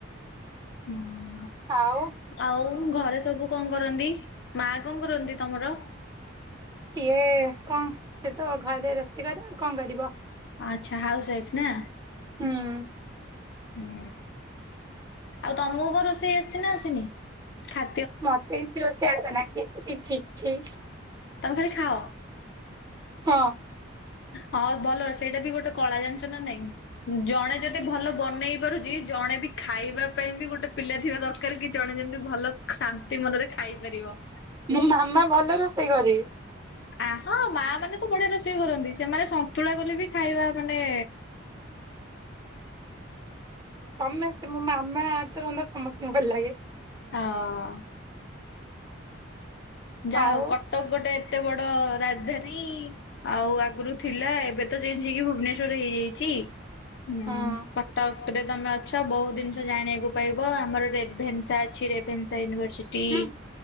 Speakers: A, on the left; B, on the right.
A: ହୁଁ।
B: ଆଉ।
A: ଆଉ ଘରେ ସବୁ କଣ କରନ୍ତି ମା କଣ କରନ୍ତି ତମର?
B: ସିଏ କଣ ସେ ତ ଘରେ ରୋଷେଇ କରିବ କଣ କରିବ?
A: ଆଚ୍ଛା ହାଉସୱାଇଫ୍ ନା?
B: ହୁଁ।
A: ହୁଁ ଆଉ ତମକୁ କଣ ରୋଷେଇ ଆସିଛି ନା ଆସିନି ଖା
B: ମତେ କିଛି ରୋଷେଇ ଆସେନା କିଛି କିଛି
A: ତମେ ଖାଲି ଖାଅ।
B: ହଁ।
A: ହଉ ଭଲ ସେଇଟା ବି ଗୋଟେ କଳା ଜାଣିଚ ନା ନାଇଁ ଜଣେ ଯଦି ଭଲ ବନେଇ ପାରୁଛି ଜଣେ ବି ଖାଇବା ପାଇଁ ବି ଗୋଟେ ପିଲା ଥିବା ଦରକାର କି ଜଣେ ଯେମତି ଭଲ ଶାନ୍ତି ମନରେ ଖାଇପାରିବ।
B: ମୋ ମାମା ଭଲ ରୋଷେଇ କରେ।
A: ଆ ହଁ ମା ମାନେ ତ ବଢିଆ ରୋଷେଇ କରନ୍ତି ସେମାନେ ସନ୍ତୁଳା କଲେ ବି ଖାଇବା ମାନେ
B: ସମେସ୍ତେ ମୋ ମାମା ହାତ ରନ୍ଧା ସମସ୍ତିଙ୍କୁ ଭଲ ଲାଗେ।
A: ହଁ। ଯାହା
B: ଆଉ
A: ହଉ କଟକ ଗୋଟେ ଏତେ ବଡ ରାଜଧାନୀ ଆଉ ଆଗରୁ ଥିଲା ଏବେ ତ ଚେଞ ହେଇକି ଭୁବନେଶ୍ୱର ହେଇଯାଇଛି ହୁଁ
B: ହଁ
A: କଟକ ଏଥିରେ ତମେ ଅଛ ବହୁ ଜିନିଷ ଜାଣିବାକୁ ପାଇବ ଆମର ରେଭେନ୍ସା ଅଛି ରେଭେନ୍ସା ୟୁନିଭର୍ସି ଫ୍ରି
B: ହୁଁ